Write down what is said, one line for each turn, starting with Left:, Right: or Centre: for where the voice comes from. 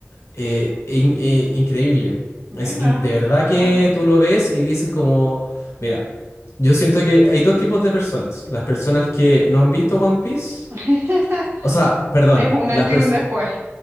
Left: Eh, in- eh, increíble.
Right: mira,
Left: Es in- de verdad
Right: bueno.
Left: que tú lo ves y dices como, mira, yo siento que hay dos tipos de personas. Las personas que no han visto One Piece,
Right: <laughs>
Left: o sea, perdón,
Right: Es un antes
Left: las pers-
Right: y un después.